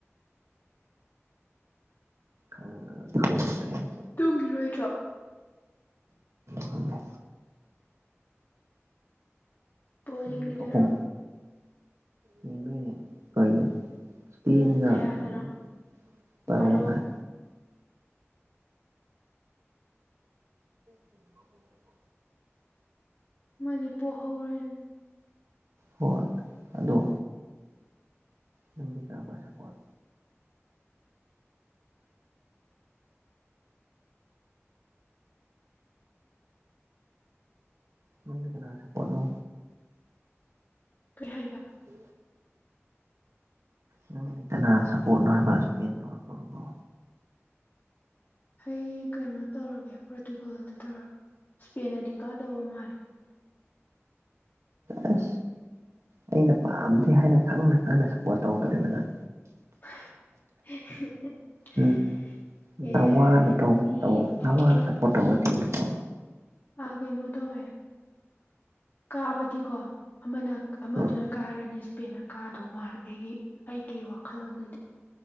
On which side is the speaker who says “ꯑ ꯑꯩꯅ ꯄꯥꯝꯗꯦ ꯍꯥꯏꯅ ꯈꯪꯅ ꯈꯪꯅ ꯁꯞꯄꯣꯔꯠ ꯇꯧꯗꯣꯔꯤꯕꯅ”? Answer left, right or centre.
Right